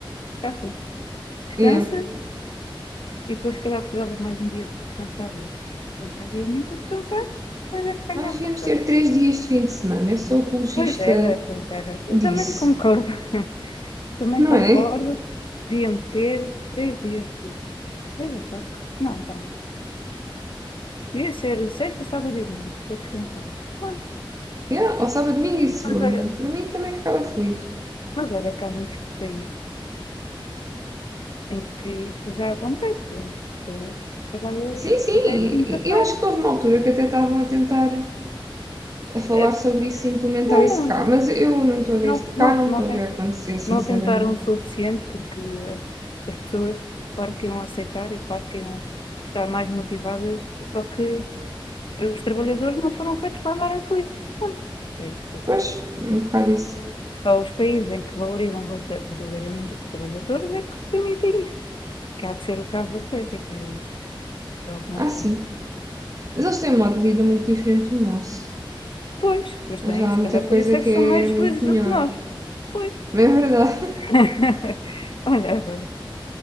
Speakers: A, on the left; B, on the right.
A: Já foi. Descansa
B: Yeah.
A: e depois, se calhar, precisava de mais um dia para descansar. Tens mais dia nenhum para descansar, mas é que ganha
B: Nós
A: a
B: devíamos
A: força.
B: ter três dias de fim de semana, eu sou apologista
A: Pois era, pois era.
B: disso,
A: Eu também concordo. <laughs> também
B: não
A: concordo.
B: é?
A: Devíamos ter três dias. Três ou quatro? Não, vá. Devia ser sexta, sábado e domingo para descansar. Bom,
B: Yeah. Ou sábado, domingo e segunda.
A: mas olha,
B: Para mim também ficava feliz.
A: mas olha que há muitos países. em que isso já acontece. Eu trabalho
B: Sim, sim,
A: até quinta-feira.
B: e- eu acho que houve uma altura que até estavam a tentar a falar
A: É,
B: sobre isso e implementar
A: Não,
B: isso cá,
A: não,
B: mas eu não estou a ver
A: não,
B: isso, cá
A: não,
B: não
A: não,
B: estou
A: tem-
B: a ver acontecer, sinceramente.
A: não tentaram o suficiente porque as pessoas, claro que iam aceitar e claro que iam estar mais motivadas, só que os trabalhadores não foram feitos para andarem felizes. Pronto, é isso que eu
B: Pois,
A: acho.
B: é um bocado isso.
A: Só os países em que valorizam verda- verdadeiramente os trabalhadores é que permitem isso. Que há de ser o caso da Suécia, por exemplo. É o que me
B: Ah,
A: ocorre.
B: sim. Mas eles têm um modo de vida muito diferente do nosso.
A: Pois, pois
B: Eles
A: têm,
B: há
A: se
B: muita
A: calhar
B: coisa
A: por isso é
B: que
A: que
B: é
A: são mais
B: muito
A: felizes do
B: melhor.
A: que nós. Pois.
B: Mas é verdade.
A: <laughs> Olha, agora.